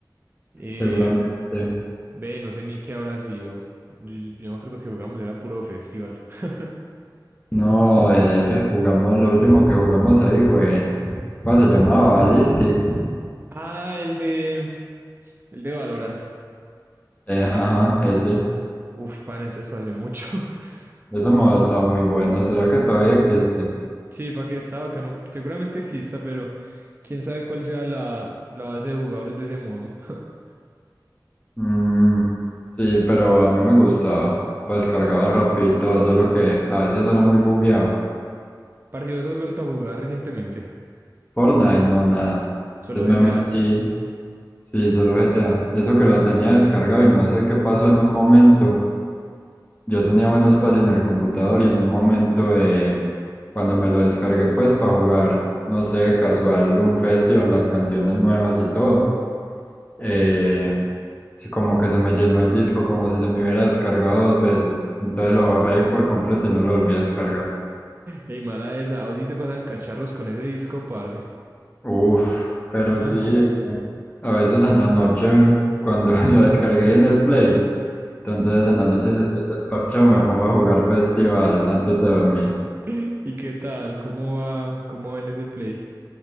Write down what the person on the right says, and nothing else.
Eh,
ve, no sé ni qué habrá sido. Yo, yo me acuerdo que jugamos, era puro festival. <laughs>
Ah, el de. El de Valorant.
Uf, pana, entonces fue hace mucho. <laughs>
Sí, para que estaba acá, no. Seguramente exista, pero quién sabe cuál sea la, la base de jugadores de ese modo. <laughs>
Parce, ¿vos has vuelto a jugar recientemente?
Solo
GTA.
Ey, mala esa. A vos sí te pasan cacharros con ese disco, parce.
Ah.
<laughs> ¿Y qué tal? ¿Cómo va? ¿Cómo va en ese play?